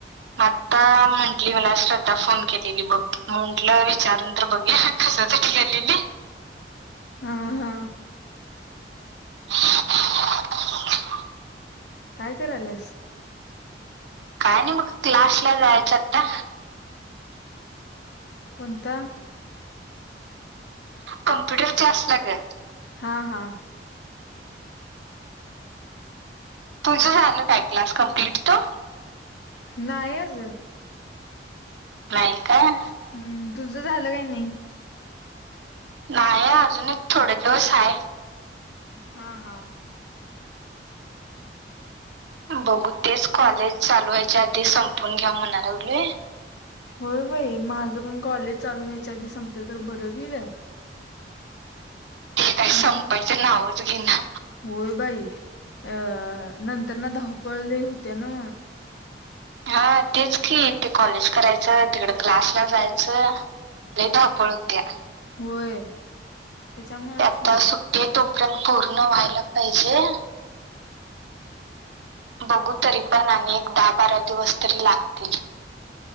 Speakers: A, on the right; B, on the left.
A: आता म्हंटली मला श्रद्धा फोन केलेली बघ. म्हटलं विचारून तर बघूया कशासाठी केलेली?
B: हा हा.
A: <inaudible>
B: काय कराल्यास?
A: काय नाही बघ. क्लास ला जायचं आता.
B: कोणता?
A: कम्प्युटर क्लास ला ग.
B: हा हा.
A: तुझं झालं काय क्लास कम्प् भेटतो.
B: नाही अजून.
A: नाही काय?
B: हम्म तुझं झालं काय नाही?
A: नाही अजून एक थोडे दिवस आहे.
B: हा हा.
A: बघू तेच कॉलेज चालू व्हायचा आधी संपून घ्या म्हणा लागलोय.
B: होय बाई माझं पण कॉलेज चालू होयच्या आधी संपलं तर बरं होईल.
A: ते काय संपायचं
B: नाही
A: नावच घेई ना.
B: होय बाई अ नंतर न धाव पळ लई होत्या ना.
A: हा तेच की ते कॉलेज करायचं, तिकडं क्लासला जायचं लई धावपळ होत्या.
B: होय. त्याच्यामुळेच
A: त्यात
B: की
A: सुट्टी हाय तो पर्यंत पूर्ण व्हायला पाहिजे. बघू तरी पण आणि एक दहा बारा दिवस तरी लागतील.